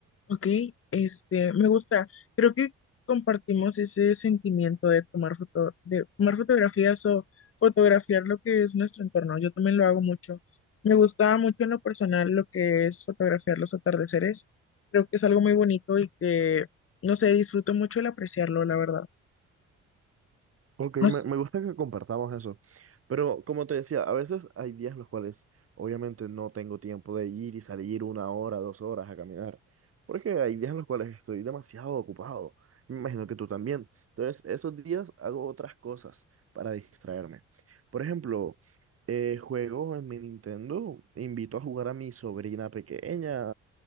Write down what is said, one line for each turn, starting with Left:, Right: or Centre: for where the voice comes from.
Left: Ok, este, me gusta. Creo que compartimos ese sentimiento de tomar foto, de tomar fotografías o fotografiar lo que es nuestro entorno. Yo también lo hago mucho. Me gusta mucho en lo personal lo que es fotografiar los atardeceres. Creo que es algo muy bonito y que, no sé, disfruto mucho el apreciarlo, la verdad.
Right: Ok, me,
Left: No sé,
Right: me gusta que compartamos eso. Pero como te decía, a veces hay días en los cuales obviamente no tengo tiempo de ir y salir una hora, dos horas a caminar. Porque hay días en los cuales estoy demasiado ocupado. Me imagino que tú también. Entonces, esos días hago otras cosas para distraerme. Por ejemplo, eh, juego en mi Nintendo, invito a jugar a mi sobrina pequeña,